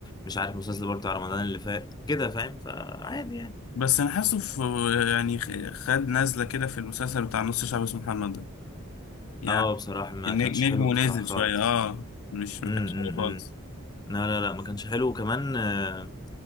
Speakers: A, on the left; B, on the left.
A: مش عارف مسلسل بالطو على رمضان اللي فات كده فاهم فعادي يعني
B: بس انا حاسه في يعني خ- خد نزله كده في المسلسل بتاع نص شعب اسمه محمد ده يعني
A: اه بصراحة ما
B: النج-
A: كانش
B: نجمه
A: حلو بصراحة
B: نازل
A: خالص
B: شويه اه مش ما
A: امم
B: كانش حلو خالص
A: لا لا لا ما كانش حلو وكمان آه،